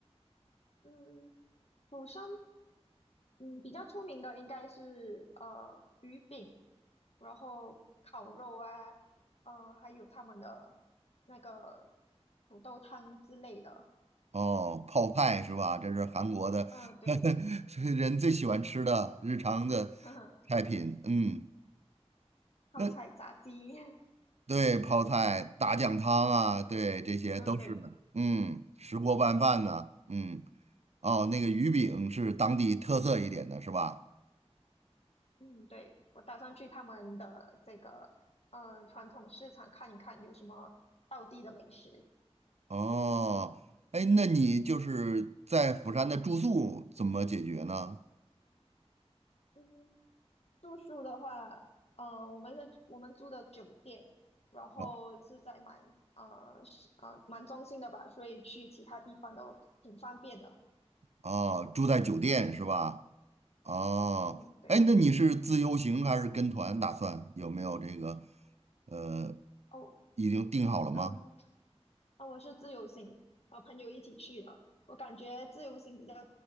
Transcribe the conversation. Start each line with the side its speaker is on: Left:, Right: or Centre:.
Left: 嗯，釜山，嗯，比较出名的应该是呃鱼饼，然后烤肉啊，呃，还有他们的那个土豆汤之类的。
Right: 哦，泡菜是吧？这是韩国的
Left: 嗯，对，
Right: <laughs> 人最喜欢吃的日常的
Left: <laughs> 呵呵，
Right: 菜品。嗯，
Left: 泡菜炸鸡，
Right: 那对泡菜、大酱汤啊，对，这些都是的。
Left: <laughs> 嗯，对。
Right: 嗯，石锅拌饭呢、嗯，哦，那个鱼饼是当地特色一点的，是吧？
Left: 嗯，对，我打算去他们的这个嗯、呃传统市场看一看有什么道地的美食。
Right: 哦，哎，那你就是在釜山的住宿怎么解决呢？
Left: 嗯，住宿的话，呃，我们是我们租的酒店，然后是在蛮呃是呃蛮中心的吧，
Right: 哦，
Left: 所以去其他地方都挺方便的。
Right: 啊，住在酒店是吧？哦，
Left: 嗯，对，
Right: 哎，那你是自由行还是跟团打算？有没有这个呃，
Left: 哦，
Right: 已经定好了吗？
Left: 嗯，啊，我是自由行，和朋友一起去的，我感觉自由行比较